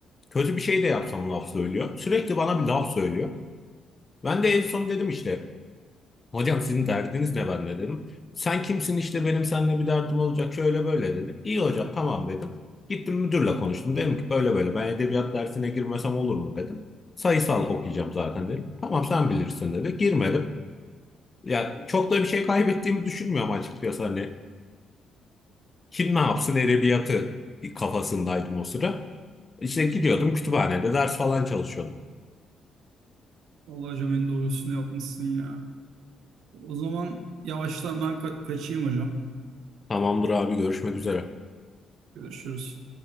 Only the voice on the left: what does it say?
Kötü bir şey de yapsam laf söylüyor. Sürekli bana bir laf söylüyor. Ben de en son dedim işte Hocam sizin derdiniz ne ben de dedim. Sen kimsin işte benim seninle bir derdim olacak şöyle böyle dedi. İyi hocam tamam dedim. Gittim müdürle konuştum. Dedim ki böyle böyle ben edebiyat dersine girmesem olur mu dedim. Sayısal okuyacağım zaten dedim. Tamam sen bilirsin dedi. Girmedim. Ya çok da bir şey kaybettiğimi düşünmüyorum açıkçası hani. Kim ne yapsın edebiyatı kafasındaydım o sıra. İşte gidiyordum kütüphanede ders falan çalışıyordum.
Tamamdır abi görüşmek üzere.